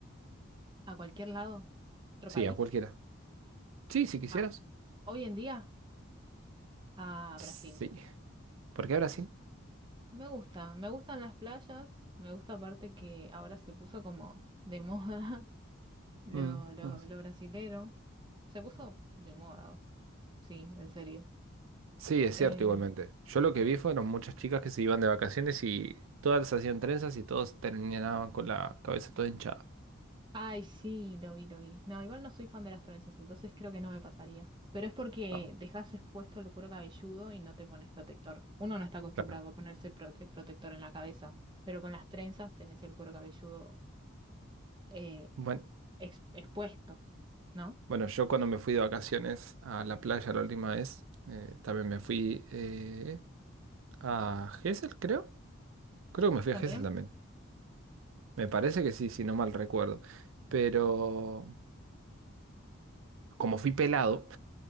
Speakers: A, on the right; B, on the right.
A: A cualquier lado, otro
B: Sí,
A: país.
B: a cualquiera. Sí, si quisieras.
A: Ah, hoy en día, a
B: Sí.
A: Brasil.
B: ¿Por qué a Brasil?
A: Me gusta, me gustan las playas, me gusta aparte que ahora se puso como de moda <laughs> lo,
B: Mm,
A: lo,
B: mm.
A: lo brasilero. Se puso de moda, sí, en serio.
B: Sí, es cierto
A: Eh,
B: igualmente. Yo lo que vi fueron muchas chicas que se iban de vacaciones y todas hacían trenzas y todos terminaban con la cabeza toda hinchada.
A: Ay, sí, lo vi, lo vi. No, igual no soy fan de las trenzas, entonces creo que no me pasaría. Pero es porque
B: ¿no?
A: dejas expuesto el cuero cabelludo y no te pones protector. Uno no está acostumbrado
B: Claro.
A: a ponerse prote- protector en la cabeza, pero con las trenzas tenés el cuero cabelludo eh,
B: Bueno,
A: ex- expuesto, ¿no?
B: bueno, yo cuando me fui de vacaciones a la playa la última vez, eh, también me fui eh, a Gesell, creo. Creo que me fui
A: ¿También?
B: a Gesell también. Me parece que sí, si no mal recuerdo. Pero como fui pelado,